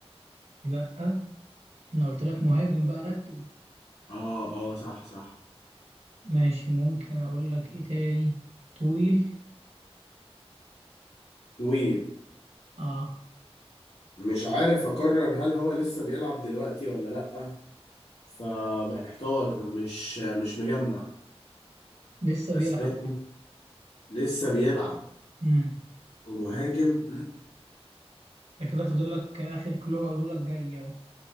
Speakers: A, on the right; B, on the left.
A: لا انا قلت لك مهاجم بقى ركز
B: اه اه صح صح
A: ماشي ممكن اقول لك ايه تاني طويل
B: طويل
A: اه
B: مش عارف أقرر هل هو لسه بيلعب دلوقتي ولا لأ فمحتار مش مش مجمع
A: لسه
B: أسباني
A: بيلعب
B: لسه بيلعب
A: امم
B: ومهاجم <coughs> <clears throat>
A: ده كده فاضل لك اخر كلو هقوله لك جاي اهو